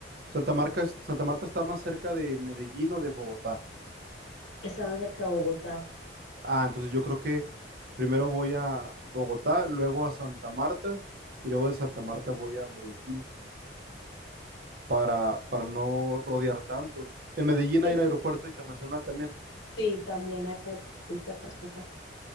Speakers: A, on the right; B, on the left.
A: Santa Marta, Santa Marta está más cerca de Medellín o de Bogotá?
B: Está más cerca de Bogotá.
A: Ah, entonces yo creo que primero voy a Bogotá, luego a Santa Marta y luego de Santa Marta voy a Medellín para, para no rodear tanto. En Medellín
B: Sí,
A: hay el aeropuerto internacional también.
B: sí, también hay aeropuerto internacional.